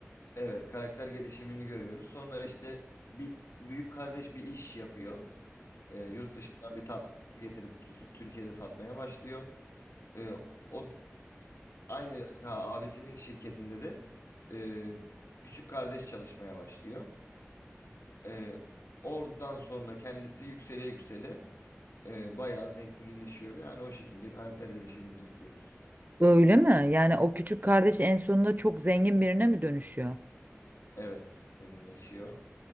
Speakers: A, on the left; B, on the right.
A: Evet, karakter gelişimini görüyoruz. Sonra işte bir büyük kardeş bir iş yapıyor. Ee, yurt dışından bir tatlı getirip Tür- Türkiye'de satmaya başlıyor. Ee, o aynı ha, abisinin şirketinde de e, küçük kardeş çalışmaya başlıyor. Ee, oradan sonra kendisi yüksele yüksele e, bayağı zenginleşiyor ve hani o şekilde karakter gelişimini izliyoruz.
B: Öyle mi? Yani o küçük kardeş en sonunda çok zengin birine mi dönüşüyor?
A: Evet, zenginleşiyor.